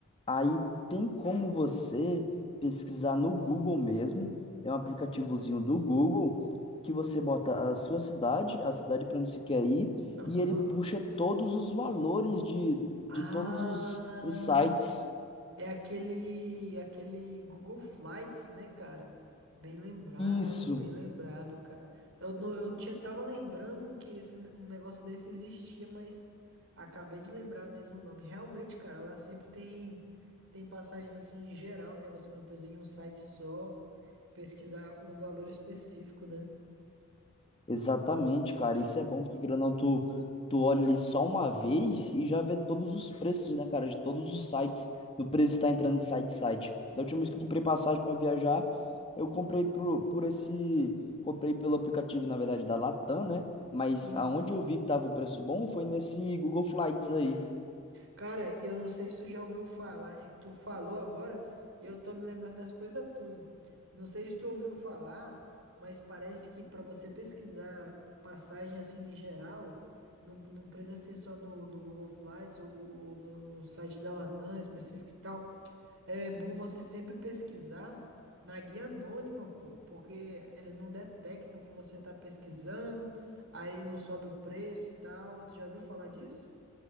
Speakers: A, on the left; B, on the right.
A: aí tem como você pesquisar no Google mesmo. É um
B: Aham.
A: aplicativozinho do Google que você bota a sua cidade, a cidade para onde você quer ir,
B: Aham.
A: e ele puxa todos os valores de, de
B: Ah,
A: todos os, os sites.
B: é aquele, aquele Google Flights, né, cara? Bem lembrado,
A: Isso.
B: bem lembrado, cara. Eu, não- eu tinha, tava lembrando que esse, um negócio desse existia, mas acabei de lembrar mesmo o nome. Realmente, cara, ela sempre tem, tem passagens assim em geral, né? Você não precisa ir em um site só pesquisar um valor específico, né?
A: Exatamente, cara. Isso é bom, porque querendo ou não, tu, tu olha ali só uma vez e já vê todos os preços, né, cara, de todos os sites. No preço está entrando de site em site. Da última vez que eu comprei passagem para viajar, eu comprei por, por esse. Comprei pelo aplicativo, na verdade, da Latam, né? Mas
B: Sim.
A: aonde eu vi que tava o preço bom foi nesse Google Flights aí.
B: Cara, e eu não sei se tu já ouviu falar, é que tu falou agora e eu tô me lembrando das coisas tudo. Não sei se tu ouviu falar, mas parece que pra você pesquisar passagem assim em geral, não, não precisa ser só no, no Google Flights ou, gu- ou no, no site da Latam específico e tal. É bom você sempre pesquisar na guia anônima, pô, porque eles não detectam que você tá pesquisando, aí não sobe o preço e tal. Tu já ouviu falar disso?